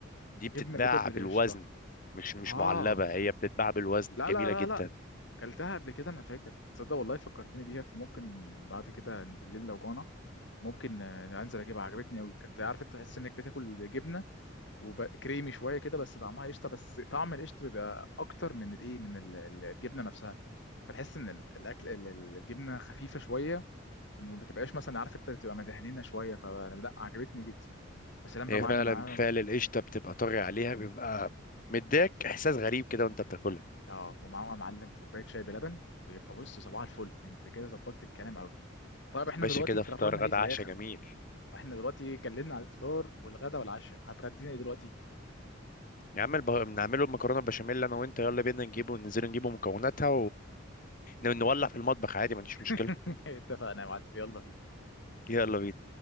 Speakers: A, on the left; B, on the left.
A: دي بتتباع
B: جبنه بيضه بالقشطه
A: بالوزن مش مش
B: اه
A: معلبه هي بتتباع بالوزن
B: لا
A: جميله
B: لا لا
A: جدا
B: لا كلتها قبل كده انا فاكر تصدق والله فكرتني بيها فممكن بعد كده بالليل لو جوعنا ممكن آه، انزل اجيبها عجبتني قوي كنت عارف انت تحس انك بتاكل جبنه وكريمي شويه كده بس طعمها قشطه بس طعم القشطه بيبقى اكتر من الايه من ال- ال- الجبنه نفسها بتحس ان ال- الاكل ال- ال- الجبنه خفيفه شويه وما بتبقاش مثلا عارف انت بتبقى مدهنينه شويه فلا عجبتني جدا بس لما
A: هي
B: بقى معلم
A: فعلا
B: معاهم
A: فعل القشطه بتبقى طاغي عليها بيبقى مديك احساس غريب كده وانت بتاكلها
B: اه ومعاهم يا معلم كوبايه شاي بلبن ويبقى بص صباح الفل انت كده ظبطت الكلام قوي طيب احنا
A: باشا
B: دلوقتي
A: كده
B: قررنا
A: فطار
B: ايه
A: غدا
B: في الاخر
A: عشاء جميل
B: احنا دلوقتي اتكلمنا على الفطار والغدا والعشاء هتغدينا ايه دلوقتي
A: يا عم الب... نعمله المكرونه بشاميل انا وانت يلا بينا نجيبه وننزل نجيبه مكوناتها ونولع في المطبخ عادي ما عنديش
B: <laughs>
A: مشكله
B: اتفقنا يا معلم يلا بينا
A: يلا بينا